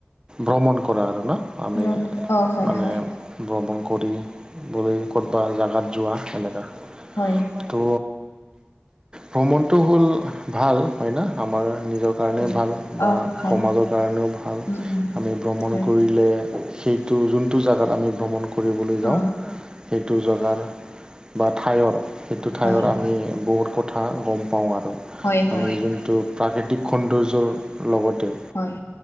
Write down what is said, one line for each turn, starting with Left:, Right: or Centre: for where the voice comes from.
Right: ভ্ৰমণ কৰা আৰু ন আমি
Left: ব্ৰহ্ম অ হয়
Right: মানে
Left: হয়
Right: ভ্ৰমণ কৰিবলৈ ক'তবা জেগাত যোৱা এনেকা।
Left: হয়।
Right: ত' ভ্ৰমণটো হ'ল ভাল হয় না? আমাৰ নিজৰ কাৰণেও
Left: হয়
Right: ভাল বা
Left: অ ভাল
Right: সমাজৰ কাৰণেও ভাল।
Left: উম উম
Right: আমি ভ্ৰমণ
Left: হয়
Right: কৰিলে সেইটো যোনটো জেগাত আমি ভ্ৰমণ কৰিবলৈ যাওঁ
Left: অ
Right: সেইটো জেগাৰ বা ঠাইৰ সেইটো ঠাইৰ
Left: হয়
Right: আমি বহুত কথা গ'ম পাওঁ আৰু,
Left: হয় হয়
Right: আমি যোনটো প্ৰাকৃতিক সৌন্দৰ্যৰ লগতে
Left: হয়